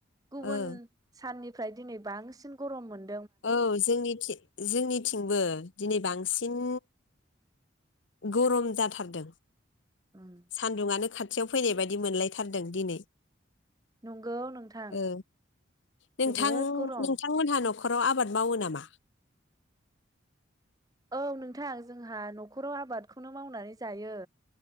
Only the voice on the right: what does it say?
गुबुन
साननि मफ्राय दिनै बांसिन गरम मोन
उम
नंगौ नोंथां,
जोबोद गरम।
औ नोंथां जोंहा न'खराव आबादखौनो मावनानै जायो।